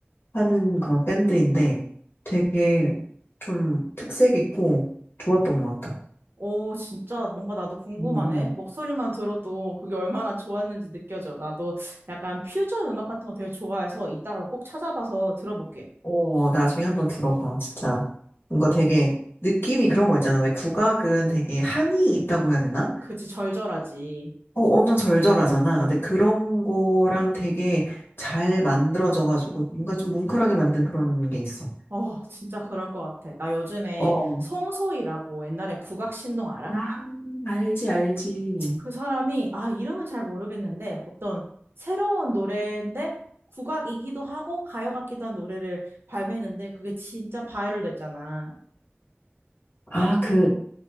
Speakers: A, on the left (about 60°); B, on the right (about 60°).
A: 하는 그런 밴드인데 되게 좀 특색 있고 좋았던 것 같아.
B: 오, 진짜 뭔가 나도 궁금하네.
A: 음, 음.
B: 목소리만 들어도 그게 얼마나 좋았는지 느껴져. 나도 약간 퓨전 음악 같은 거 되게 좋아해서 이따가 꼭 찾아봐서 들어볼게.
A: 오, 나중에 한 번 들어봐, 진짜. 뭔가 되게, 느낌이 그런 거 있잖아. 왜 국악은 되게 한이 있다고 해야 되나?
B: 그치, 절절하지.
A: 어, 엄청 절절하잖아. 근데 그런 거랑 되게 잘 만들어져가지고, 뭔가 좀 뭉클하게 만든 그런 게 있어.
B: 어, 진짜 그럴 것 같아. 나 요즘에
A: 어,
B: 송소희라고 옛날에 국악 신동 알아?
A: 아, 알지, 알지.
B: 그 사람이, 아, 이름은 잘 모르겠는데, 어떤 새로운 노래인데, 국악이기도 하고, 가요 같기도 한 노래를 발매했는데, 그게 진짜 바이럴 됐잖아.
A: 아, 그,